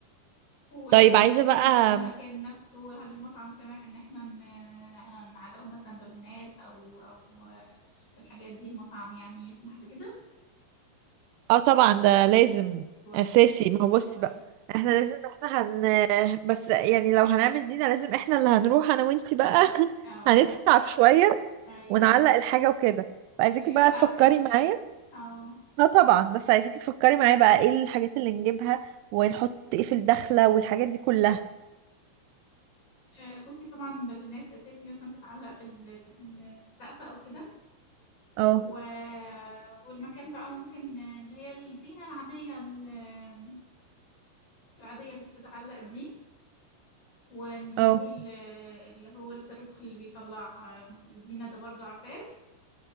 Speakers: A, on the left (about 25°); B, on the right (about 85°).
A: و-
B: طيب عايزة
A: وزينة
B: بقى
A: بقى المكان نفسه هل المطعم سامح ان احنا ن- نعلقه مثلا بالونات او او الحاجات دي المطعم يعني يسمح بكده
B: اه طبعا ده لازم
A: كويس
B: اساسي ما هو بصي
A: كويس
B: بقى احنا لازم احنا هن بس يعني لو هنعمل زينة لازم احنا اللي هنروح انا وانتي بقى <laughs>
A: اه
B: هنتعب شوية
A: ايوه
B: ونعلق الحاجة وكده فعايزاكي
A: بس بيبقى
B: بقى
A: تعب
B: تفكري
A: حلو
B: معايا
A: اه
B: اه طبعا بس عايزاكي تفكري معايا بقى ايه الحاجات اللي نجيبها ونحط ايه في الدخلة والحاجات دي كلها
A: آه، بصي طبعا بالونات اساسي مثلا تتعلق في ال في, ال في السقف او كده
B: اه
A: و... والمكان بقى ممكن اللي هي الزينة العادية ال- العادية اللي بتتعلق دي ونجيبه
B: اه
A: ال- اللي هو الصاروخ اللي بيطلع آه، الزينة ده برضو عارفاه